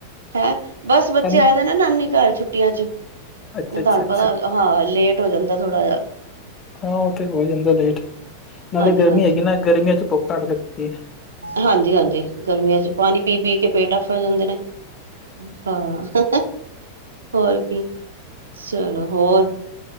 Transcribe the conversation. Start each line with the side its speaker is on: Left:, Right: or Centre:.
Right: ਹੈ ਬਸ ਬੱਚੇ
Left: ਇੰਨੀ
Right: ਆਏ ਦੇ ਨਾ ਨਾਨੀ ਘਰ ਛੁੱਟੀਆਂ ਚ
Left: ਅੱਛਾ-
Right: ਇਹ ਤੁਹਾਨੂੰ
Left: ਅੱਛਾ।
Right: ਪਤਾ ਹਾਂ ਲੇਟ ਹੋ ਜਾਂਦਾ ਥੋੜਾ ਜਹਾ
Left: ਹਾਂ ਉਹ ਤੇ ਹੋ ਜਾਂਦਾ ਲੇਟ ਨਾਲੇ
Right: ਹਾਂਜੀ
Left: ਗਰਮੀ
Right: ਹਾਂਜੀ
Left: ਹੈਗੀ ਨਾ ਗਰਮੀਆਂ ਚ ਭੁੱਖ ਘੱਟ ਲੱਗਦੀ ਹੈ।
Right: ਹਾਂਜੀ ਹਾਂਜੀ ਗਰਮੀਆਂ ਚ ਪਾਣੀ ਪੀ ਪੀ ਕੇ ਪੇਟ ਅਫਰ ਜਾਂਦੇ ਨੇ ਹਾਂ ਹੋਰ ਕੀ ਚਲੋ ਹੋਰ